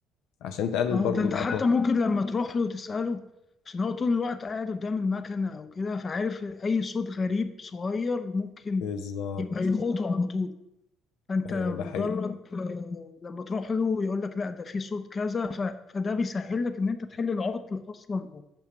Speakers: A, on the left; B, on the left.
A: عشان تقلل
B: اه
A: برضو
B: ده أنت
A: الاعطال
B: حتى ممكن لما تروح له تسأله عشان هو طول الوقت قاعد قدام المكنة أو كده فعارف أي صوت غريب صغير ممكن
A: بالظبط
B: يبقى يلقطه على طول فانت
A: ايوه ده
B: مجرد
A: حقيقي
B: آه، لما تروح له يقول لك لا ده في صوت كذا ف- فده بيسهل لك ان انت تحل العطل اصلا او